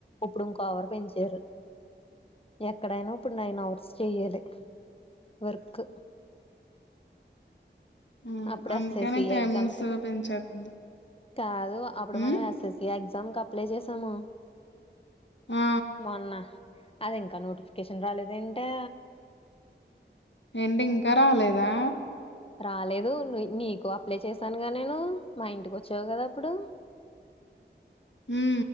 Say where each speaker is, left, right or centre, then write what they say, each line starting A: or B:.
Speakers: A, on the left; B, on the left.
A: ఇప్పుడు ఇంకో ఆవరు పెంచారు ఎక్కడైనా ఇప్పుడు నైన్ అవర్స్ చెయ్యాలి వర్క్
B: హ్మ్
A: అప్పుడే
B: అందుకని
A: అప్చేసి
B: టైమింగ్స్
A: ఎగ్జామ్ ఇకర
B: పెంచేతుంది
A: కాదు అప్పుడు
B: హ్మ్
A: మనం ఎస్ ఎస్ సి ఎగ్జ తమ్ కి అప్లై చేసాము.
B: ఆ
A: మొన్న అదింకా నోటిఫికేషన్ రాలేదెంటే?
B: ఏంటి ఇంకా రాలేదా?
A: రాలేదు. నీ నీకు అప్లై చేశానుగా నేను, మా ఇంటికొచ్చావు కదా అప్పుడు,
B: మ్.